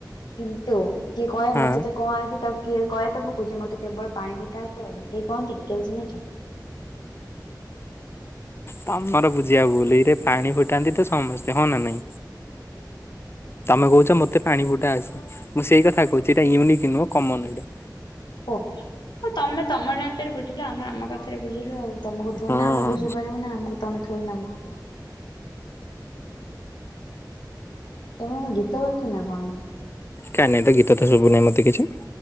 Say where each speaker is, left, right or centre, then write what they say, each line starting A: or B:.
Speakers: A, on the left (about 85°); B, on the left (about 35°).
A: କିନ୍ତୁ କିଏ କହେ
B: ହଁ
A: ମତେ ତ? କଣ ଆସେ ତାକୁ କିଏ କହେ ତ ମୁଁ କହୁଚି ମତେ କେବଳ ପାଣି ଫୁଟା ଆସେ ବଲି କେ କହନ୍ତି କି କେବେ ଶୁଣିଛ?
B: ତମର ବୁଝିଆ ଭୁଲ ଇଏରେ ପାଣି ଫୁଟାନ୍ତି ତ ସମସ୍ତେ ହଁ ନା ନାଇଁ? ତମେ କହୁଚ ମତେ ପାଣି ଫୁଟା ଆସେ। ମୁଁ ସେଇ କଥା କହୁଚି ଏଇଟା ୟୁନିକ୍ ନୁହଁ କମନ୍ ଏଇଟା।
A: ଓହଃ। ହଉ ତମେ ତମ ଯାଞ୍ଚରେ ବୁଝିଲ। ଆମେ ଆମ କଥାରେ ବୁଝିଲୁ ଆଉ ତମକୁ ଥୋଡି
B: ହଁ।
A: ନା ଆମେ ବଝିପାରିବୁ ନା ଆମକୁ ତମେ ଥୋଡ଼ି ନା ବୁଝ୍ ତମର କଣ ଗୀତ ବାଜୁଚି ନା କଣ?
B: କାଇଁ ନାଇଁ ତ ଗୀତ ତ ଶୁଭୁନି ମତେ କିଛି।